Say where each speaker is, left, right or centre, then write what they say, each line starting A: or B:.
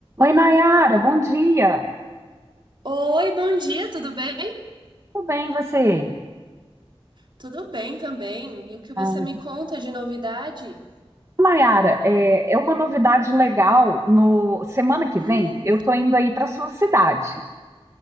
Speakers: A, on the right (about 30°); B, on the right (about 50°).
A: Oi, Nayara, bom dia.
B: Oi, bom dia, tudo bem?
A: Tudo bem, e você?
B: Tudo bem também. E o que você
A: Ah,
B: me conta de novidade?
A: Nayara, é, é uma novidade legal. No semana que
B: Hum,
A: vem, eu tô indo aí para sua cidade.